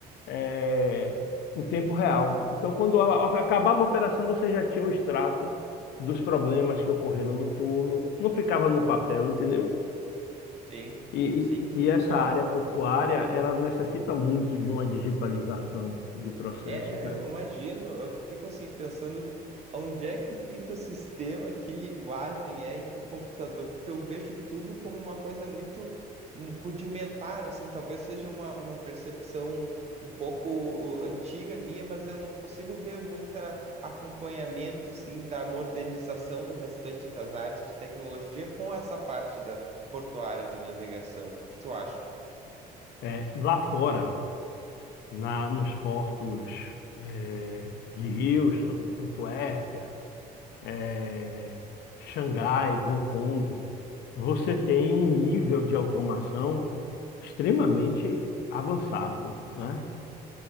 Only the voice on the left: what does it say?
é, em tempo real. Então, quando a- a- acabava a operação, você já tinha o extrato dos problemas que ocorreram no turno, não ficava no papel, entendeu?
E,
e
e
essa área portuária, ela necessita muito de uma digitalização de processos,
né?
É, lá fora, na, nos portos é, de Houston, Antuérpia, é, Xangai, Hong Kong, você tem um nível de automação extremamente avançado, né?